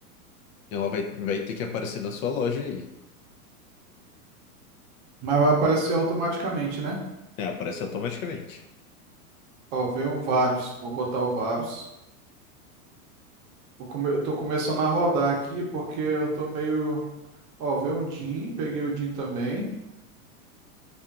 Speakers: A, on the left; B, on the right.
A: Ela vai, vai ter que aparecer na sua loja aí.
B: Mas vai aparecer automaticamente, né?
A: É, aparece automaticamente.
B: Ó, veio um Varus. Vou botar o Varus. Vou come- Eu tô começando a rodar aqui porque eu tô meio. Ó, veio um Jin. Peguei o Jin também.